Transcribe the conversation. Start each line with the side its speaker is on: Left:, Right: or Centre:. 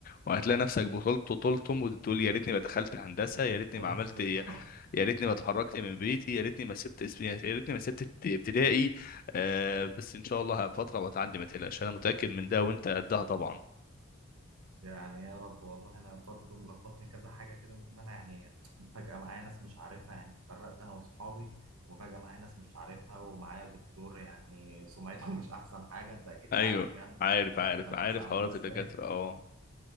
Left: وهتلاقي نفسك بطلت طولتم وتقول يا ريتني ما دخلت هندسه يا ريتني
Right: ايوه
Left: ما عملت
Right: بالظبط
Left: يا
Right: <laughs>
Left: ريتني ما اتحركت من بيتي يا ريتني ما سبت اسمي يا ريتني ما سبت ابت- ابتدائي آه بس ان شاء الله فتره وتعدي ما تقلقش انا متاكد من ده وانت قدها طبعا
Right: يعني يا رب والله انا برضه ملخبطني كذا حاجه كده ان انا يعني فجاه معايا ناس مش عارفها يعني اتفرقت انا واصحابي وفجاه معايا ناس مش عارفها ومعايا دكتور يعني سمعته مش احسن حاجه انت اكيد
Left: ايوه
Right: عارف يعني الدكاتره
Left: عارف عارف
Right: بتاعت الهندسه
Left: عارف
Right: عامله
Left: حوارات
Right: ازاي
Left: الدكاتره اه